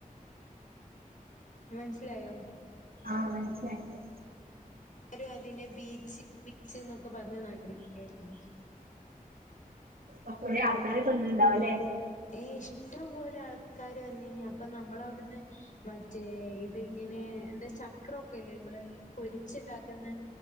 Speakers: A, on the left; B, on the right.
A: മനസ്സിലായോ
B: ആ <unintelligible>
A: എല്ലാരും അതിനെ ബീച്ച് ബീച്ച് എന്നൊക്കെ പറഞ്ഞ നടക്കായിരുന്നു.
B: ആ കൊറേ ആൾക്കാരൊക്കെ വന്നുണ്ടാവല്ലേ.
A: ഏ ഇഷ്ടം പോലെ ആൾക്കാ വന്നെന്, അപ്പൊ നമ്മള അവിടുന്ന് മറ്റേ ഇത് ഇങ്ങനെ എന്താ ചക്രൊക്കെ അല്ലേ നമ്മള് പൊരിച്ചുണ്ടാക്കുന്ന